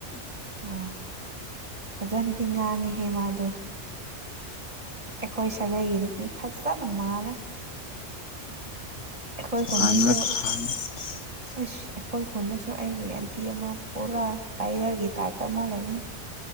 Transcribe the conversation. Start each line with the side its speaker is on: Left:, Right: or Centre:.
Right: ꯑꯥꯎ ꯐꯖꯅꯗꯤ ꯉꯥꯡꯉꯤꯍꯦ ꯃꯥꯗꯣ ꯑꯩꯈꯣꯏ ꯁꯥꯒꯩꯒꯤ ꯅꯨꯄꯤ ꯐꯖꯅ ꯃꯥꯜꯂꯦ ꯑꯩꯈꯣꯏ ꯀꯨꯟꯗꯁꯨ
Left: ꯍꯥꯟꯕ ꯇꯥꯕꯅꯤ <inaudible>
Right: ꯑꯁ ꯑꯩꯈꯣꯏ ꯈꯨꯟꯗꯁꯨ ꯑꯩꯒꯤ ꯑꯦꯟꯇꯤ ꯑꯃ ꯄꯨꯔꯥ ꯇꯥꯏꯒꯔꯒꯤ ꯇꯥꯏꯞꯇ ꯑꯃ ꯂꯩꯕꯅꯤ